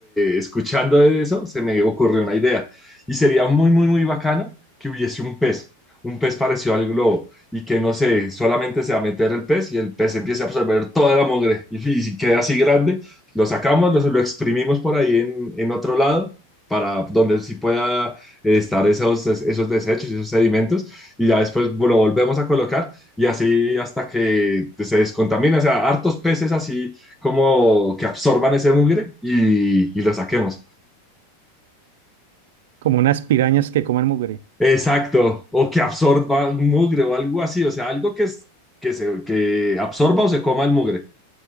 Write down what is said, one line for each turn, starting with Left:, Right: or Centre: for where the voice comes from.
Centre: escuchando de eso, se me ocurrió una idea. Y sería muy, muy, muy bacano que hubiese un pez, un pez parecido al globo, y que no sé, solamente se va a meter el pez y el pez empiece a absorber toda la mugre. Y, fi- si queda así grande, lo sacamos, lo, lo exprimimos por ahí en, en otro lado, para donde sí pueda eh, estar esos, esos desechos, y esos sedimentos, y ya después lo volvemos a colocar, y así hasta que se descontamina. O sea, hartos peces así como que absorban ese mugre y, y lo saquemos.
Right: Como unas pirañas que coman mugre.
Centre: Exacto, o que absorba un mugre o algo así, o sea, algo que, es- que, se, que absorba o se coma el mugre.